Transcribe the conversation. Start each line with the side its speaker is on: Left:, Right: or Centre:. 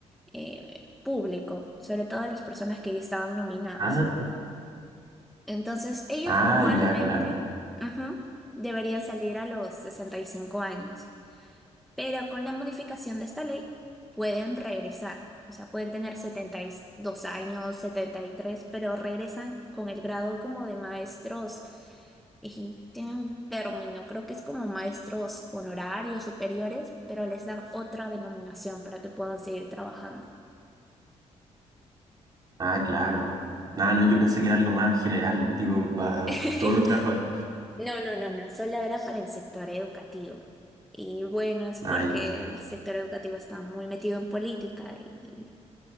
Centre: eh, público, sobre todo las personas que ya estaban nominadas.
Right: Ah,
Centre: Entonces, ellos
Right: ah,
Centre: normalmente
Right: ya, claro.
Centre: ujú, deberían salir a los 65 años, pero con la modificación de esta ley pueden regresar. O sea, pueden tener setenta y dos años, 73, pero regresan con el grado como de maestros y tiene un término, creo que es como maestros honorarios superiores, pero les dan otra denominación para que puedan seguir trabajando.
Right: Ah, claro. Ah, no, yo pensé que era algo más general, tipo para
Centre: <laughs>
Right: todos los trabajadores.
Centre: No, no, no, no, solo era para el sector educativo. Y bueno, es porque
Right: Ah, ya.
Centre: el sector educativo está muy metido en política y,